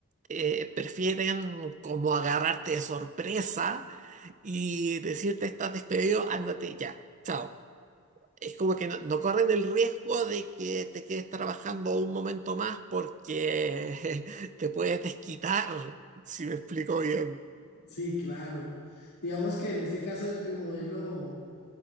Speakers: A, on the right; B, on the left.
A: eh, prefieren como agarrarte de sorpresa y decirte estás despedido, ándate ya, chao. es como que no, no corren el riesgo de que te quedes trabajando un momento más porque <laughs> te puedes desquitar, si me explico bien.
B: Sí, claro. Digamos que en este caso el modelo